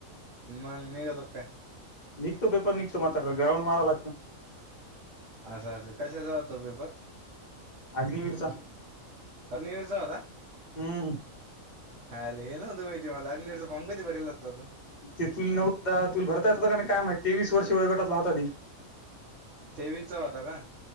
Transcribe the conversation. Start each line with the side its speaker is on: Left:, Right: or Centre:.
Right: मग निघतो काय?
Left: निघतो पेपर निघतो <unintelligible> ग्राउंड मारा लागत
Right: असं असं कशाचा होता पेपर?
Left: अग्निवीरचा
Right: अग्निवीरचा होता?
Left: हम्म.
Right: आयला हे नव्हतं माहिती मला. अग्निवीरचा फॉर्म कधी भरेल होता तू?
Left: ते तुल नव्हता, तूल भरता येत होता का काय माहित ते वीस वर्ष वयोगटातला होता ती.
Right: तेवीसचा होता का?